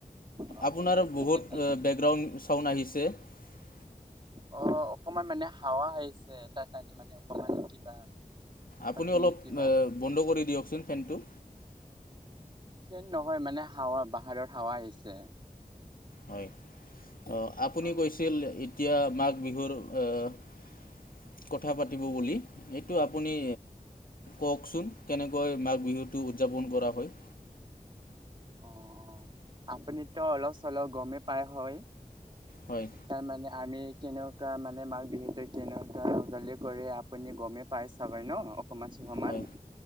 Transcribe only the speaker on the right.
অ'
কি চব্জি
খালে?
অ অকমান মানে হাৱা আহিছে তাৰ কাৰণে মানে অকমান কিবা
পাইছে
নেকি বা?
ফেন নহয় মানে হাৱা বাহাৰৰ হাৱা আহিছে।
অ'
অ অ আপুনিতো অলপ চলপ গমেই পায় হয়
তাৰমানে <unintelligible> আমি কেনেকুৱা মানে মাঘ বিহুতে কেনেকুৱা উজালি কৰি আপুনি গমেই পাই চাবাই ন সমাজখনত